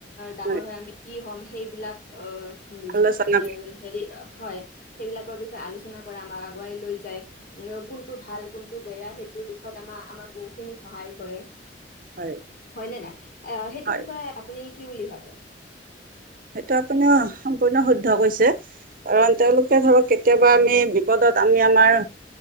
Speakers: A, on the left (about 55°); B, on the right (about 50°).
A: ডাঙৰ
B: হয়
A: হৈ আমি কি হ'ম? সেইবিলাক অ' হুম,
B: আলোচনা
A: এ, হেৰি হয়। সেইবিলাকৰ বিষয়ে আলোচনা কৰে আমাক আগুৱাই লৈ যায়। উ, কোনটো ভাল কোনটো টো বেয়াহে যুনটো দিশত আমাৰ-আমাৰ গ খিনি সহায় কৰে।
B: হয়
A: হয়নে নাই? আ সেইটো
B: হয়
A: বিষয়ে আপুনি কি বুলি ভাবে?
B: সেইটো আপুনি সম্পূৰ্ণ শুদ্ধ কৈছে। কাৰণ তেওঁলোকে ধৰক কেতিয়াবা আমি বিপদত আমি আমাৰ